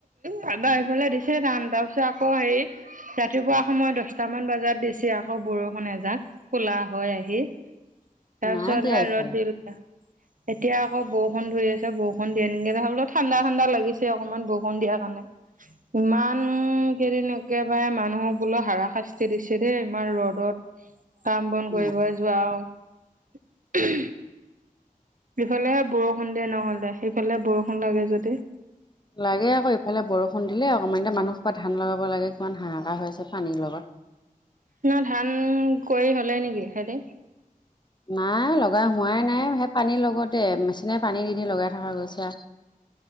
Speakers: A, on the right; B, on the left.
A: দাদাৰ এইফালে দিছে তান, তাৰপিছত আকৌ হেৰি ৰাতিপুৱা সময় দশটা আঠ মান বজাত দিছে আকৌ বৰষুণ এজাক ক'লা হয় আহি। তাৰ
B: নাই
A: পিছত
B: দিয়া
A: সে
B: এইফালে
A: ৰ'দ দিলে। এতিয়া আকৌ বৰষুণ ধৰি আছে, বৰষুণ দিয়ে নিদিয়ে, তাৰ পৰা ঠাণ্ডা ঠাণ্ডা লাগিছে অকনমান ব বৰষুণ দিয়াৰ কাৰণে। ইমান কেইদিন একেবাৰে মানুহক বোলো হাৰা শাস্তি দিছে দেই ইমান ৰ'দত। কাম বন
B: উম
A: কৰিবএ যোৱা আৰু। ইফালেহে বৰষুণ দিয়ে নহ'লে সিফালে বৰষুণ লাগে যদি
B: লাগে আকৌ ইফালে বৰষুণ দিলে অকণমান, এতিয়া মানুহহোপাই ধান লগাব লাগে কিমান হাহাকাৰ হৈ আছে পানীৰ লগত।
A: ন ধান কৰি হ'লে নেকি সিহঁতি
B: নাই লগাই হোৱাই নাই, সেই পানীৰ লগতে মেচিনেৰে পানী দি দি লগাই থকা গৈছে।